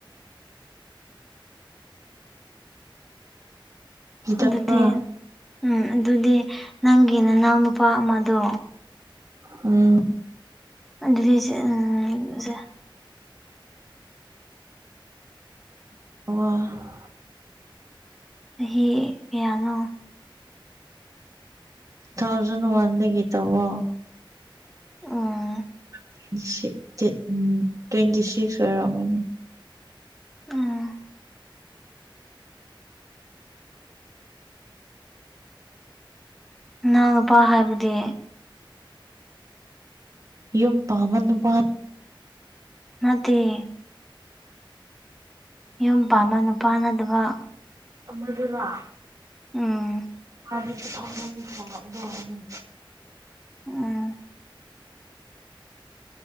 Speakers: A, on the right (about 40°); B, in the centre.
A: ꯀꯤꯗꯕ꯭ꯔꯥ
B: ꯑꯗꯨꯗꯤ ꯎꯝ ꯑꯗꯨꯗꯤ ꯅꯪꯒꯤ ꯅꯅꯥꯎ ꯅꯨꯄꯥ ꯑꯃꯗꯣ
A: ꯎꯝ
B: ꯑꯗꯨꯗꯤ <unintelligible>
A: ꯑꯣ
B: ꯆꯍꯤ ꯀꯌꯥꯅꯣ
A: ꯇꯨꯊꯥꯎꯖꯟ ꯋꯥꯟꯗꯒꯤ ꯇꯧꯌ‌ꯣ
B: ꯑ‌ꯣ
A: <unintelligible> ꯎꯝ ꯇ꯭ꯋꯦꯟꯇꯤ ꯁꯤꯛꯁ ꯑꯣꯏꯔꯝꯒꯅꯤ
B: ꯑ‌ꯣ ꯏꯅꯥꯎ ꯅꯨꯄꯥ ꯍꯥꯏꯕꯗꯤ
A: ꯌꯨꯝ ꯄꯥꯝꯕꯅꯨꯄꯥ
B: ꯅꯠꯇ‌ꯦ ꯌꯨꯝ ꯄꯥꯟꯕ ꯅꯨꯄꯥ ꯅꯠꯇꯕ
A: ꯑꯃꯗꯨꯔ‌ꯣ
B: ꯎꯝ
A: ꯃꯥꯗꯤ ꯇꯨ ꯊꯥꯎꯖꯟ <unintelligible>
B: ꯑ‌ꯣ